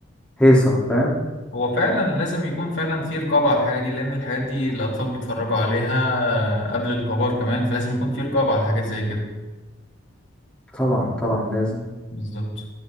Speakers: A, in the centre; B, on the left.
A: هيصه فاهم
B: هو فعلا لازم يكون فعلا في رقابة على الحاجة دي لأن الحاجات دي الأطفال بيتفرجوا عليها قبل الكبار كمان فلازم يكون في رقابة على حاجات زي كده
A: طبعا طبعا لازم
B: بالظبط